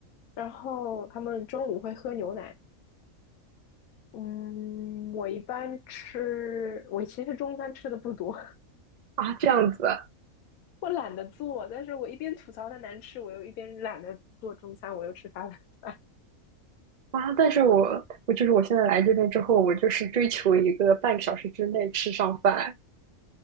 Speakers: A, on the left; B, on the right.
A: 然后他们中午会喝牛奶。嗯，我一般吃，我其实中餐吃的不多，
B: 啊，这样子啊，
A: <laughs> 我懒得做，但是我一边吐槽它难吃，我又一边懒得做中餐，我又吃它的饭。
B: 啊但是我我就是我现在来这边之后，我就是追求一个半个小时之内吃上饭，